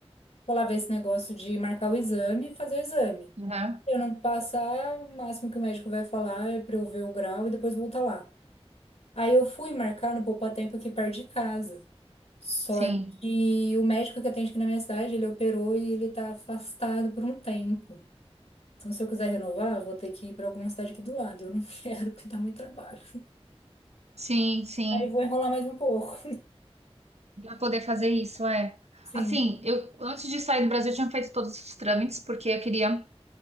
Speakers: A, on the left; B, on the right.
A: vou lá ver esse negócio de marcar o exame e fazer o exame.
B: aham.
A: Eu não passar, o máximo que o médico vai falar é para eu ver o grau e depois voltar lá. Aí eu fui marcar no Poupatempo aqui perto de casa. Só
B: Sim,
A: que o médico que atende aqui na minha cidade, ele operou e ele tá afastado por um tempo. Então, se eu quiser renovar, eu vou ter que ir para alguma cidade aqui do lado. Eu não <laughs> quero, porque dá muito trabalho.
B: sim, sim.
A: Aí eu vou enrolar mais um pouco.
B: Pra poder fazer isso, é.
A: <laughs> Sim.
B: Assim, eu antes de sair do Brasil, eu tinha feito todos os trâmites, porque eu queria